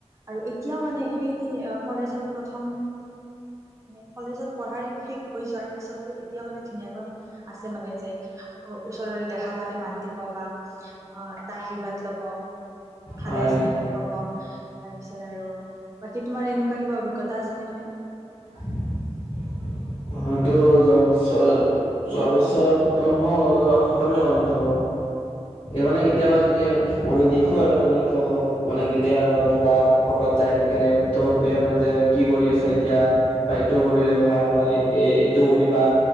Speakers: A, on the right; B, on the left.
A: আৰু এতিয়াও মানে সেই তি কলেজত প্ৰথম মানে কলেজত পঢ়াৰ শেষ হৈ যোৱাৰ পিছতো এতিয়া মানে ধুনীয়াকৈ আছে মানে যে ওচৰত দেখা পালে মাত দিব বা, আ এটা আশীৰ্বাদ লব ভালে
B: হয়
A: আছেনে বুলি ক'ব তাৰপিছত আৰু বাকী তোমাৰ এনেকুৱা কিবা অভিজ্ঞতা আছে নে মানে!
B: হয় হয়টো যোৱা বছৰ যোৱা বছৰ আৰু খতম হ'ল খতমে হ'ল তো মানে কেতিয়াবা যদি মানে দেখো আৰু মানে হওক মানে কেতিয়া ধৰা কৰ'বাত যাই থাকিলে ত সুধে ম যে কি কৰি আছে এতিয়া বা এইটো কৰিলে ভাল হয় এ এইটো কৰিবা